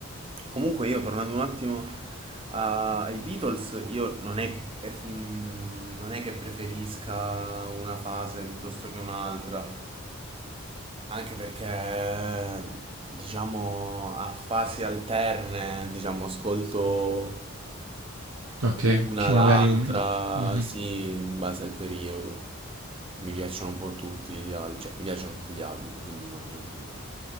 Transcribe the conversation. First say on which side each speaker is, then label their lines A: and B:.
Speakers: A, on the right (about 25°); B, on the right (about 80°).
A: Comunque io tornando un attimo a- ai Beatles, io non è, eh, mm, non è che preferisca una fase piuttosto che un'altra, anche perché diciamo a fasi alterne, diciamo, ascolto
B: ok,
A: una,
B: più
A: l'altra,
B: una magari... Mhm.
A: sì, in base al periodo. Mi piacciono un po' tutti gli album, cioè mi piacciono tutti gli album, quindi non,